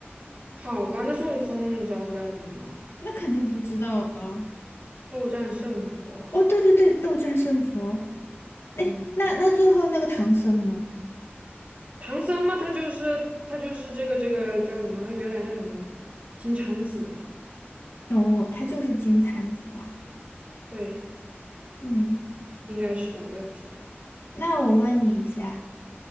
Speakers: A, on the right (about 30°); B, on the left (about 65°).
A: 好吧，那孙悟空你知道叫什么？
B: 那肯定不知道啊。
A: 斗战胜佛。
B: 哦，对对对，斗战胜佛。哎，
A: 嗯，
B: 那那最后那个唐僧呢？
A: 唐僧嘛，他就是他就是这个这个叫什么？他原来叫什么？金蝉子嘛。
B: 哦，他就是金蝉子啊。
A: 对。
B: 嗯，
A: 应该是吧，我也不知道。
B: 那我问你一下。